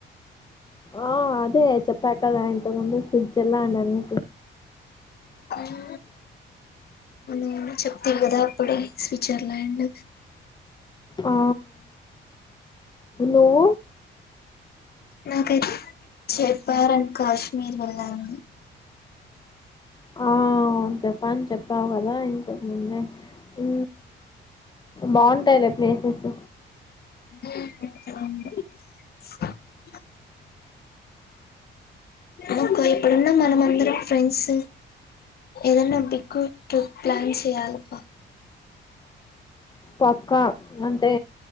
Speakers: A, on the left (about 20°); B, on the left (about 50°).
A: ఆ అదే చెప్పా కదా ఇంతకు ముందు స్విట్జర్లాండ్ అని
B: ఉ ఊ చెప్పావు కదా అప్పుడే స్విట్జర్లాండ్
A: ఆ నువ్వు
B: నాకైతే జపార్ అండ్ కాశ్మీర్ వెళ్ళా అండి
A: ఆ చెప్పని చెప్పావు కదా ఇంతకు ముందే ఊ బాగుంటాయిలే ప్లేసెస్
B: ఉహు మాకు ఇప్పుడున్న మనమందరం ఫ్రెండ్స్ ఏదన్నా బిక్కు టు ప్లాన్ చేయాలి పా
A: పక్కా అంటే